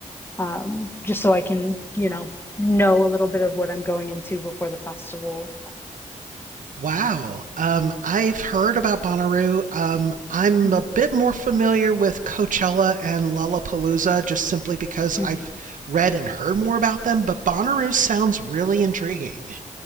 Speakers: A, on the left; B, on the right.
A: um, just so I can, you know, know a little bit of what I'm going into before the festival.
B: Wow. Um, I've heard about Bonnaroo. Um, I'm
A: Mhm.
B: a bit more familiar with Coachella and Lollapalooza just simply because
A: Mhm.
B: I've read and heard more about them, but Bonnaroo sounds really intriguing.